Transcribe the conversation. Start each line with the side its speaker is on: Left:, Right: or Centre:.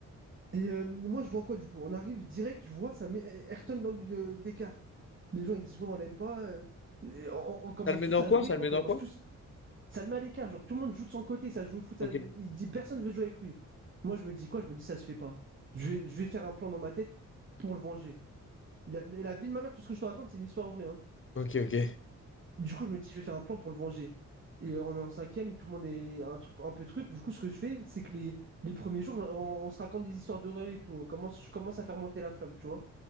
Right: Et euh, moi, je vois quoi du coup? On arrive direct, je vois, ça met Ayrton dans le d'écart. Les gens, ils disent, ouais, on l'aime pas. euh, et on, on commence
Left: Ça le met
Right: tous
Left: dans
Right: à
Left: quoi?
Right: jouer,
Left: Ça le
Right: on
Left: met
Right: commence
Left: dans quoi?
Right: tous. Ça le met à l'écart, genre tout le monde joue de son côté, ça joue au foot, ça-
Left: Ok.
Right: il dit personne veut jouer avec lui. Moi, je me dis quoi? Je me dis, ça se fait pas. Je vais, je vais faire un plan dans ma tête pour le venger. La, la- la vie de ma mère, tout ce que je te raconte, c'est une histoire vraie. hein.
Left: Ok, ok.
Right: Du coup, je me dis, je vais faire un plan pour le venger. Et euh, on est en cinquième, tout le monde est un, tru- un peu truc. Du coup, ce que je fais, c'est que les, les premiers jours, on, on se raconte des histoires d'horreur et tout. On commence, je commence à faire monter la flamme, tu vois.